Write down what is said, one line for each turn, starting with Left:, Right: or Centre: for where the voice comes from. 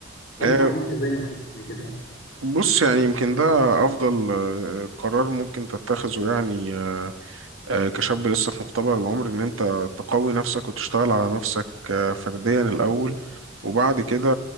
Left: بقول
Right: آه،
Left: لك عملت ازاي من حاجه زي كده يعني
Right: بص يعني يمكن ده أفضل آه، قرار ممكن تتخذه يعني آه، كشاب لسه في مقتبل العمر ان انت تقوي نفسك وتشتغل على نفسك آه، فرديا الاول وبعد كده